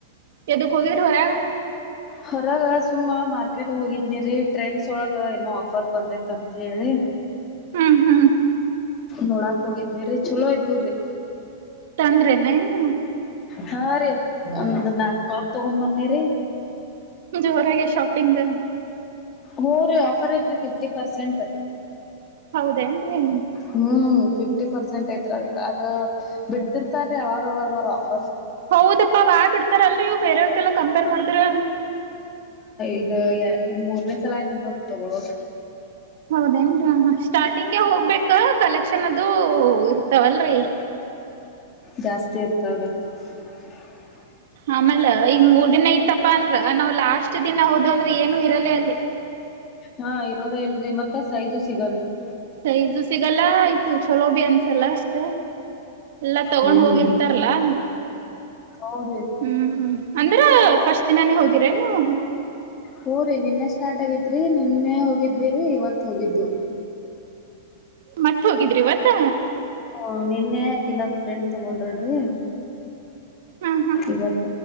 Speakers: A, on the right; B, on the left.
A: ಕೆ ದುಖೋೋಗ ರ ಹರಗ <unintelligible>
B: ಹೊರಗ ಸುಮ್ಮ ಮಾರ್ಕೆಟ್ಗೆ ಹೋಗಿದ್ನಿೀ ಟ್ರೆಂಡ್ಸ್ ಒಳಗ ಏನೋ ಆಫರ್ ಬಂದೈತ್ ಅಂತ ಹೇಳಿ
A: ಹ್ಮ್ ಹ್ಮ್
B: ನೋಡಾಕ್ ಹೋಗಿದ್ನಿ್ರೀ ಚಲೋ ಇದ್ದು್ರೀ
A: ತಂದ್ರೆನ ಏನು
B: ಹಾ ರೀ ಒಂದ್ ನಾಕ್ ಟಾಪ್ ತಗೊ್ ಬನ್ನಿರಿ
A: ಜೋರಾಗ ಶೊ ತಿಟಂಗ <unintelligible>
B: ಮೂಊ ಆಫರ್ ಐತ್ರಿ ಫಿಫ್ಟಿ ಪರ್ಸೆಂಟ್
A: ಹೌದೇನ್ರರಿ
B: ಹ್ಮ್ ಫಿಫ್ಟಿ ಪರ್ಸೆಂಟ್ ಐತ್ ಅದಕ್ ಅದು ಬಿಡ್ತಿರ್ತಾರೀ ಅವಾಗವಾಗ ಅವ್ರರು ಆ <unintelligible>
A: ಹೌದಪ್ಪಾ ಬಾ್ ಬಿಡ್ತ <unintelligible> ತರ ಅಲ್ರಿ ಇವು ಬೇರೆಯವಕ್ಕೆೆಲ್ಲ ಕಂಪೇರ್ ಮಾಡಿದ್ರೆ
B: ಇದು ಇದ್ ಮೂರ್ನೇ ಸಲ ಇ ಇನ್ನೂ ಇ ತಗೊಳೋದ
A: ಹೌದೇನ್ ಅಷ್ಟ <unintelligible> ಸ್ಟಾರ್ಟಿಂಗ್ಗೆ ಹೋಗ್ಬೇಕಾ ಕಲೆಕ್ಷನ್ ಅದು ಇರ್ತಾವಲ್ರರಿ
B: ಜಾಸ್ತಿ ಇರ್ತಾವ್ರೆ <inaudible>
A: ಆಮೇಲೆ ಈಗ ಮೂರ್ ದಿನ ಇಐತ್ತಪಾ ಅಂದ್ರ ನಾವವು ಲಾಸ್ಟ್ ದಿನ ಹೋದ ಅಂದ್ರೆ ಏನು ಇರಲ್ಲ ಅಲ್ಲಿ
B: ಹಾ ಇರೋದೇ ಇಲ್ಲರಿ ಮತ್ತ ಸೈಜು ಸಿಗಲ್ಲರಿ
A: ಸೈಜು ಸಿಗಲ್ಲ ಆಯ್ತ ಚಲೋಬೀ ಅನ್ಸಲ್ಲ ಅಷ್ಟ ಎಲ್ಲಾ ತಗೊಂಡ್
B: ಹ್ಮ್
A: ಹೋಗಿರ್ತಾರಲ್ಲಾ
B: ಹೂರಿ
A: ಹ್ಮ್ ಆಂಧ್ರ ಫಸ್ಟ್ ದಿನಾನೇ ಹೋಗಿರ ಎನ್ ನೀವು
B: ಹೋರಿ ನಿನ್ನೆ ಸ್ಟಾರ್ಟ್ ಆಗೇತ್ರಿ ನಿನ್ನೆ ಹೋಗಿದ್ವಿರಿ ಇವತ್ತು ಹೋಗಿದ್ದು
A: ಮತ್ ಹೋಗಿದ್ರಿ ಇವತ್ತ್
B: ಹ ನಿನ್ನ ಯಾಕಿನ್ನಂದ ಫ್ರೆಂಡ್ ತಗೊಂಡ್ರಡಿ
A: ಹ್ಮ
B: ಇವತ್ತ